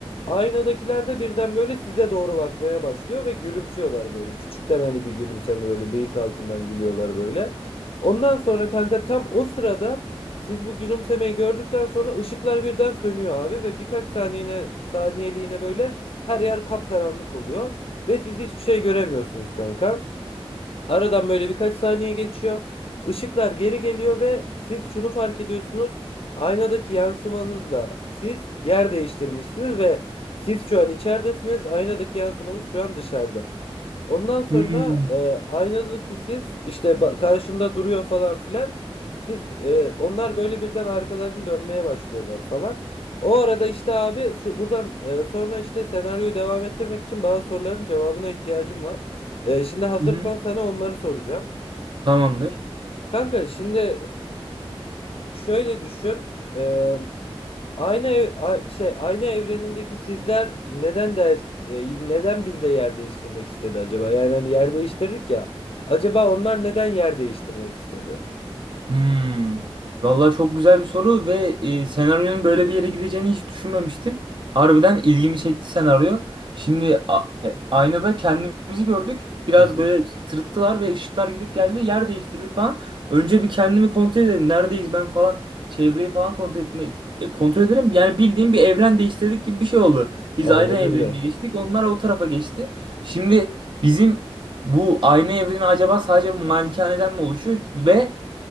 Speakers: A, on the left; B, on the right.
A: Aynadakiler de birden böyle size doğru bakmaya başlıyor ve gülümsüyorlar böyle. Küçükten hani bir gülümseme böyle bıyık altından gülüyorlar böyle. Ondan sonra kanka tam o sırada siz bu gülümsemeyi gördükten sonra ışıklar birden sönüyor abi ve birkaç saniyene saniyeliğine böyle her yer kapkaranlık oluyor ve siz hiçbir şey göremiyorsunuz kanka. Aradan böyle birkaç saniye geçiyor. Işıklar geri geliyor ve siz şunu fark ediyorsunuz. Aynadaki yansımanızla siz yer değiştirmişsiniz ve siz şu an içeridesiniz. Aynadaki yansımanız şu an dışarıda. Ondan sonra
B: Hmm.
A: e, aynadaki siz işte ba- karşında duruyor falan filan. Siz e, onlar böyle birden arkalarını dönmeye başlıyorlar falan. O arada işte abi so- buradan e, sonra işte senaryoyu devam ettirmek için bazı soruların cevabına ihtiyacım var. Ee, şimdi hazırsan
B: Hı hı.
A: sana onları soracağım.
B: Tamamdır.
A: Kanka şimdi e, şöyle düşün. E, aynı ev- a- şey aynı evrenindeki sizler neden der e, neden bizle yer değiştirmek istedi acaba? Yani hani yer değiştirdik ya. Acaba onlar neden yer değiştirmek istedi?
B: Hmm. Vallahi çok güzel bir soru ve e, senaryonun böyle bir yere gideceğini hiç düşünmemiştim. Harbiden ilgimi çekti senaryo. Şimdi a- e, aynada kendimizi gördük. Biraz
A: Hı hı.
B: böyle sırıttılar ve ışıklar gidip geldi. Yer değiştirdik falan. Önce bir kendimi kontrol edelim. Neredeyiz ben falan. Çevreyi falan kontrol etme e, kontrol edelim. Yani bildiğim bir evren değiştirdik gibi bir şey oldu. Biz
A: Aynen
B: ayrı evrenine
A: öyle.
B: geçtik. Onlar o tarafa geçti. Şimdi bizim bu aynı evreni acaba sadece bu malikaneden mi oluşuyor ve